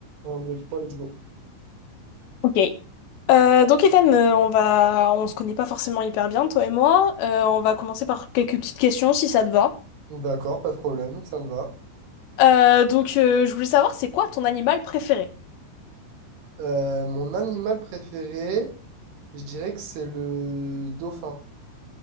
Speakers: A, on the right; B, on the left.
A: un 2 3 let's go.
B: Ok. Euh, donc Ethan, euh, on va, on se connaît pas forcément hyper bien, toi et moi. Euh, on va commencer par quelques petites questions si ça te va.
A: D'accord, pas de problème, ça me va.
B: Euh, donc euh, je voulais savoir c'est quoi ton animal préféré?
A: Euh, mon animal préféré, je dirais que c'est le dauphin.